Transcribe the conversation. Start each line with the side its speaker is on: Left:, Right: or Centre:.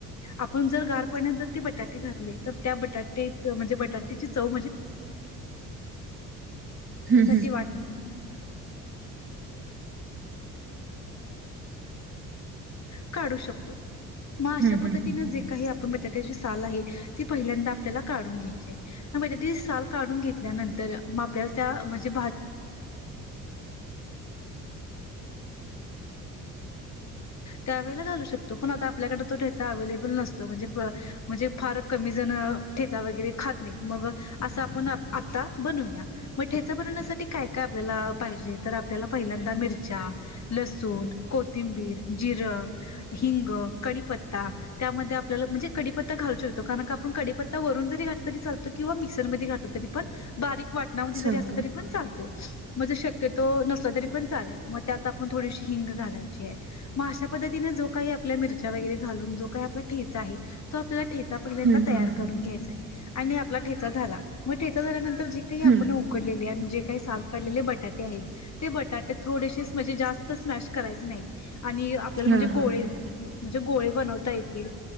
Left: आपण जर च पा जर ते बटाटे घातले तर त्या बटाटे म्हणजे बटाटेची चव
Right: हम्म
Left: <inaudible> <inaudible> ल काढू शकतो- मग अशा
Right: हम्म हम्म
Left: पद्धतीनें
Right: हम्म हम्म
Left: जे काही आपण बटाट्याची साल आहे ती पहिल्यांदा आपल्याला काढून घे- साल काढून घेतल्यानंतर मग आपल्याला त्या <inaudible> <inaudible> त्यावेळेला घालू शकतो पण आता आपल्याकडे तो ठ्यायचा अवे्हेलेबल नसतो म्हणजे म्हणजे फार कमी जण ठेचा वगैरे खात नाही मगं असं आपण आता बनवू घ्या मगं ठेचा भरण्यासाठी काय काय आपल्याला पाहिजे तर आपल्याला पहिल्यांदा मिरच्या, लसूण, कोथबी, बीर जिरा, हिंग क पता त्यामध्ये आपल्याला म्हणजे कडीपत्ता घालू शकतो कारण क आपण कडीपत्ता वरून जरी घातल किंवा मिक्सर मधी घातलं तरी पण बारीक वाटणावाणी
Right: चालतो
Left: जरी तरी पण चालतो. शक्यतो नसला तरी पण चालेल. मग त्यात मग थोडीशी हिंग घालायची आहे. मग अशा पद्धतीने जो काही आपल्या मिरच्या वगैरे घालून जो काही आपला ठे च आहे, तो आपल्याला ठेचा पहिल्यांदा
Right: हम्म
Left: तयार
Right: हम्म
Left: करून घ्यायचा आहे. आणि आप ला ठेचा झाला. मग ठेचा झाल्यानंतर जे काही
Right: हम्म
Left: आपण ऊ कडलेले आणि जे काही साल काढलेले बटाटे आहेत, ते बटाटे थोडेसे म्हणजे जास्त स्मॅश करायचे नाही. आणि आपल्याला म्हणजे
Right: हा हा
Left: गोळे
Right: हा
Left: म्हणजे गोळे बनवता येतील.